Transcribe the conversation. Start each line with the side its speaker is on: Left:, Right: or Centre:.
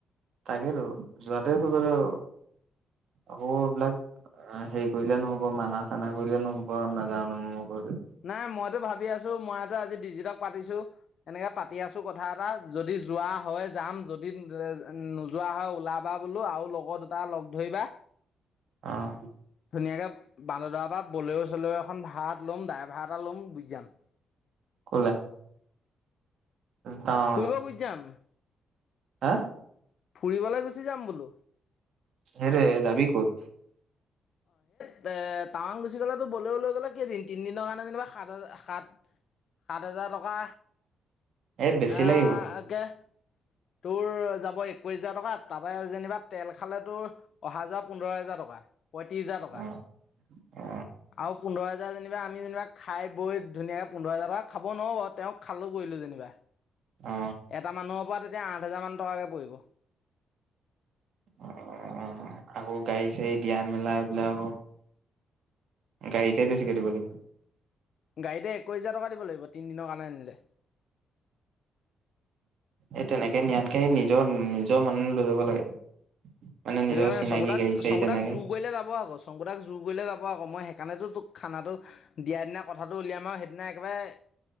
Right: তাকেইতো যোৱাটোৱে কৰিব লাগিব আকৌ এইবিলাক হেৰি কৰিলে নহব মানা চানা কৰিলে নহব নাজানো ম কৰিলে।
Left: নাই মইটো ভাবি আছো। মইটো আজি ডিজিটক পাতিছোঁ। এনেকে পাতি আছো কথা এটা। যদি যোৱা হয় যাম যদি নোযোৱা হয় ওলাবা বোলো আৰু লগৰ দুটা লগ ধৰিবা।
Right: অ'
Left: ধুনীয়াকৈ বান্দৰাৰ পৰা বলেও চলে এখন ভাড়াত ল'ম ড্ৰাই ভাড়া এটা ল'ম গুচি যাম।
Right: ক'লে টাৱাঙলে
Left: ফুৰিব গুচি যাম।
Right: হা
Left: ফুৰিবলৈ গুচি যাম বোলো।
Right: সেইটোৱে যাবি ক'ত?
Left: এ টাৱাং গুচি গলেতো বলেও লৈ গ'লে কেইদিন তিনদিনৰ কাৰণে যেনিবা সাত হাৰ সাত সাত হাজাৰ টকা
Right: এই বেছি
Left: আহ
Right: লাগিব
Left: অকে। তোৰ যাব একৈশ হেজাৰ টকা তাতে যেনিবা তেল খালে তোৰ অহা যোৱা পোন্ধৰ হেজাৰ টকা। পঁয়ত্ৰিশ হাজাৰ টকা
Right: অ অ
Left: আৰু পোন্ধৰ হেজাৰ যেনিবা আমি যেনিবা খাই বৈ ধুনীয়াকে পোন্ধৰ হাজাৰ টকা খাব নোৱাৰো বাৰ তেওঁক খালো কৰিলো যেনিবা।
Right: অ
Left: এটা মানুহৰ পৰা এতিয়া আঠ হেজাৰ মান টকাকে পৰিব।
Right: অঁ আকৌ গাড়ী চাড়ী দিয়া মেলা এইবিলাক। গাড়ীতে বেছিকৈ দিব লাগিব।
Left: গাড়ীৰ তে একৈশ হেজাৰ টকা দিব লাগিব তিনিদিনৰ কাৰণে <unintelligible>
Right: স তেনেকৈ নিয়াতকৈ নিজৰ নিজৰ মান লৈ যাব লাগে। মানে
Left: সেইটো
Right: নিজৰ
Left: কাৰণে
Right: চিনাকি
Left: শংকুদাক
Right: গাড়ী চাড়ী
Left: শংকুদাক
Right: তেনেকে
Left: জুৰ কৰিলে যাব আকৌ শংকুদাক জোৰ কৰিলে যাব আকৌ মই সেইকাৰণেতো তোক খানাটো দিয়াৰ দিনা কথাটো উলিয়াম আৰু সেইদিনা একেবাৰে